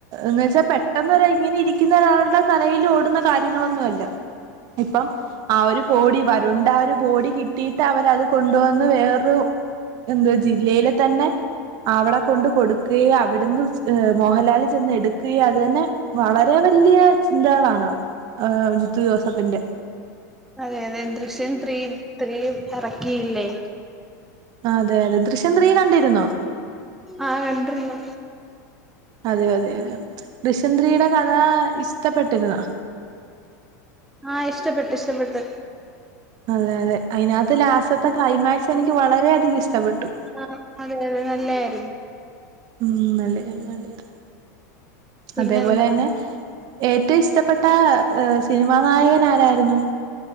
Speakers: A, on the right (about 45°); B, in the centre.
A: ന്ന് വെച്ചാൽ പെട്ടെന്നെര്, ഇങ്ങനെ ഇരിക്കുന്ന ഒരാളുടെ തലയിൽ ഓടുന്ന കാര്യങ്ങളൊന്നെല്ല. ഇപ്പം ആഹ് ഒരു ബോടി വരുൺ ൻ്റെഒരു ബോടി കിട്ടി. ട്ട അവരത് കൊണ്ടുവന്ന് വേറൊരു എന്തേ ജില്ലയിൽ തന്നെ. അവടെ കൊണ്ട് കൊടുക്കുകയും അവിട്ന്ന് മോഹലാൽ ചെന്ന് എടുക്കുകയും അതു തന്നെ. വളരെ വല്വ ചിന്തകളാണ് ആഹ് ജിത്തു ജോസഫിന്റെ.
B: അതെ അതെ ദൃശ്യം ത്രീ ത്രീം എറക്കിയില്ലേ.
A: ആഹ് അതെ അതെ ദൃശ്യം ത്രീ കണ്ടിരുന്നോ.
B: ആഹ് കണ്ടിര്ന്നു.
A: അതെ, അതെ, അതെ ദൃശൃം ത്രി യുടെ കഥാ ഇഷ്ടപ്പെട്ട്ക്ക്ന്നോ.
B: ആഹ് ഇഷ്ടപ്പെട്ട് ഇഷ്ട്ടപ്പെട്ട്.
A: അതെ അതെ അയ്നാത്ത് ലാസ് റ്റ്ത്തെ ക്ലൈമാക്സ് എനിക്ക് വളരെയധികം ഇഷ്ടപ്പെട്ടു.
B: ആഹ് അതെ അതെ നല്ലെ യായിരുന്നു
A: ഉം നല്ല യായിരുന്നു നല്ല രുന്നു
B: പിന്നെന്താ
A: അതേപോലെന്നെ ഏറ്റവും ഇഷ്ടപ്പെട്ട സിനിമാ നായകൻ, ആരായിരുന്നു